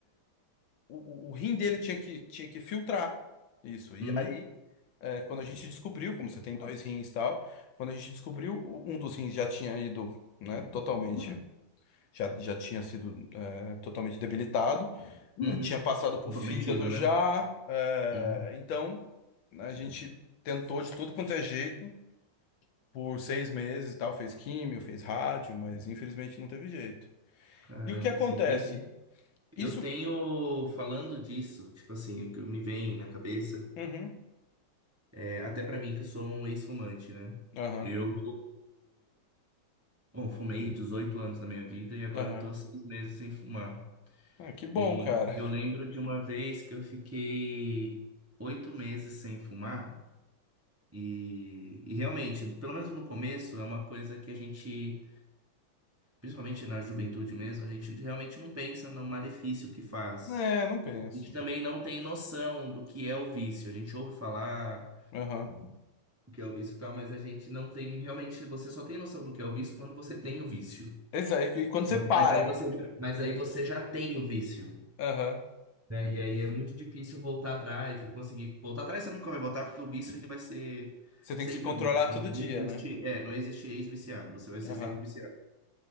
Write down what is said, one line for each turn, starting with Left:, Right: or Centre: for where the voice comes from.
Left: O, o, o rim dele tinha que, tinha que filtrar isso. E
Right: Uhum.
Left: aí, é, quando a gente descobriu, como você tem dois rins e tal, quando a gente descobriu, o- um dos rins já tinha ido, né? Totalmente, já, já tinha sido, é, totalmente debilitado.
Right: Uhum.
Left: é, tinha passado por
Right: Comprometido,
Left: fígado
Right: né?
Left: já. é,
Right: Uhum.
Left: então, né, a gente tentou de tudo quanto é jeito por seis meses e tal, fez químio, fez rádio, mas infelizmente não teve jeito.
Right: Caramba,
Left: E o que acontece?
Right: você entendi. Eu
Left: Isso.
Right: tenho,
Left: que-
Right: falando disso, tipo assim, o que me vem na cabeça.
Left: Uhum,
Right: É, até pra mim, que sou um ex-fumante, né?
Left: aham,
Right: Eu, bom, fumei 18 anos da minha vida e agora
Left: aham.
Right: eu tô há seis meses sem fumar.
Left: Ah, que bom,
Right: E
Left: cara.
Right: eu lembro de uma vez que eu fiquei oito meses sem fumar. E, e realmente, pelo menos no começo, é uma coisa que a gente, principalmente na juventude mesmo, a gente realmente não pensa no malefício que faz.
Left: É, não penso.
Right: A gente também não tem noção do que é o vício. A gente ouve falar.
Left: Aham.
Right: o que é o vício e tal, mas a gente não tem realmente, você só tem noção do que é o vício quando você tem o vício.
Left: Exa- E quando você
Right: né?
Left: para,
Right: Mas aí você, já- mas aí você já tem o vício,
Left: aham,
Right: né? E aí é muito difícil voltar atrás, e conseguir voltar atrás você nunca vai voltar porque o vício ele vai ser
Left: você tem
Right: sempre
Left: que se controlar
Right: o vício. Não,
Left: todo
Right: não
Left: dia,
Right: existe,
Left: né?
Right: é, não existe ex-viciado, você vai ser
Left: Aham,
Right: sempre viciado,